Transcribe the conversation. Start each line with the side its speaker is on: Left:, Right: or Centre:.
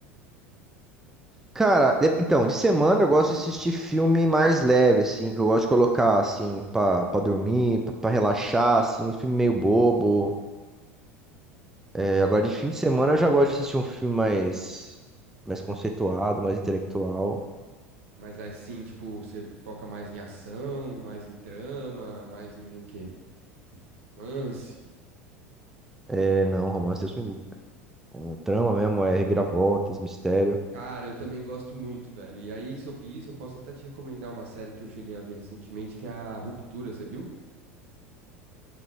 Centre: Cara, de- então, de semana eu gosto de assistir filme mais leve, assim, que eu gosto de colocar, assim, pra, pra dormir, pra, pra relaxar, assim, filme meio bobo. É, agora de fim de semana eu já gosto de assistir um filme mais, mais conceituado, mais intelectual.
Right: Mas assim, tipo, você foca mais em ação, mais em trama, mais em o quê? Romance?
Centre: É, não, romance Deus me livre. É, trama mesmo, é reviravoltas, mistério.
Right: Cara, eu também gosto muito, velho. E aí, sobre isso, eu posso até te recomendar uma série que eu cheguei a ver recentemente, que é a Ruptura, você viu?